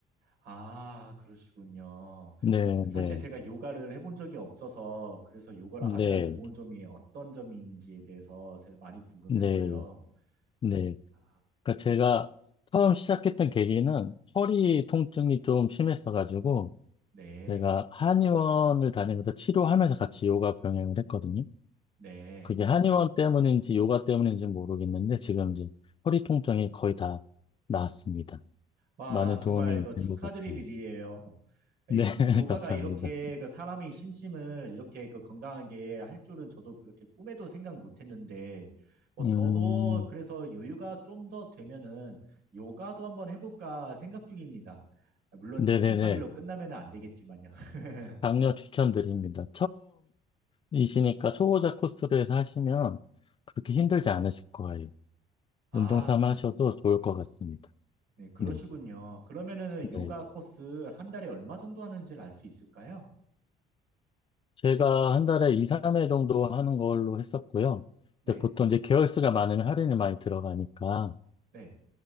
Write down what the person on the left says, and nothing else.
네,
네,
네,
네, 네.
그러니까 제가 처음 시작했던 계기는 허리 통증이 좀 심했어가지고
제가 한의원을 다니면서 치료하면서 같이 요가 병행을 했거든요.
그게 한의원 때문인지 요가 때문인지 모르겠는데 지금 이제 허리 통증이 거의 다 나았습니다.
많은
도움이
된 것 같아요.
네, <laughs>
감사합니다.
음,
네네네.
강력 추천드립니다. 처음이시니까 초보자 코스로 해서 하시면 그렇게 힘들지 않으실 거예요.
운동 삼아
하셔도 좋을 것 같습니다.
네,
네.
제가 한 달에 2, 3회 정도 하는 걸로 했었고요.
근데 보통 이제 개월 수가 많으면 할인이 많이 들어가니까